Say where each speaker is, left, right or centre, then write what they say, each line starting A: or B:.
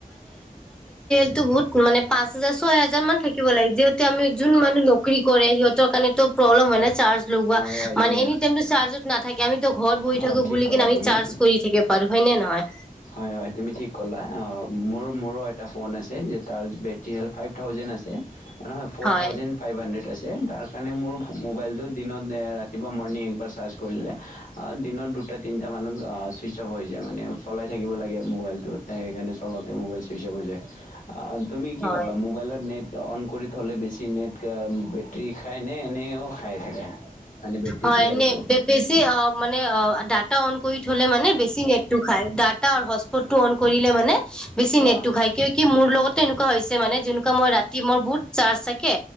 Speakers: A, in the centre; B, on the left.
A: টো বহুত মানে পাঁচ হাজাৰ ছয় হাজাৰান থাকিব লাগে যিহেতু এ আমি যোন মানুহ নকৰি কৰে সিহঁতৰ কাৰণে তো প্ৰব্লেম হয় নাই চাৰ্জ লগোৱা
B: হয় হয় তুমি
A: মানে এনিটাইমটো চাৰ্জত- নাথাকে আমি ত ঘৰত বহি
B: অ
A: থাকো
B: ঠিক
A: বুলি
B: ক'লা
A: কিনে আমি
B: তুমি
A: চাৰ্জ কৰি থেকে পাৰো হয় নে নহয়?
B: হয় হয় তুমি ঠিক কলা অঁ মোৰ মোৰো এটা ফোন আছে যে তাৰ বেটেৰী হ'ল ফাইভ থাউজেণ্ড আছে। অ নহয় ফ'ৰ
A: হয়
B: থাউজেড ফাইভ হাড্ৰেড আছে। তাৰ কাৰণে মোৰ মোবাইলটো দিনত ৰাতিপুৱা মৰ্ণিং একবাৰ চাৰ্জ কৰিলে দিনত দুটা তিনিটা মানত ছুইচ অফ হৈ যায় মানে চলাই থাকিব লাগে মোবাইলটোত সেইকাৰণে অলপ তে মোবাইল চুইচব হৈ যায়। আআন তুমি কি
A: হয়
B: পাবা মোবাইলত নেট অন কৰি থ হ'লে বেছি নেট অ বেটৰী খাই নে এনেও খাই থাকে? মানে বেটেৰীটো
A: হয়নে,
B: হেল্প
A: বে বেছি অ', মানে অ' ডাটা অন কই থলে মানে বেছি নেটতো খাই, ডাটাৰ হচপটতো অন কৰিলে মানে বেছি নেটটো
B: অঁ
A: খাই, কিয় কি মোৰ লগতে এনেকুৱা হৈছ মানে যোনকুৱা মই ৰাতি মোৰ বহুত চাৰ্জ থাকে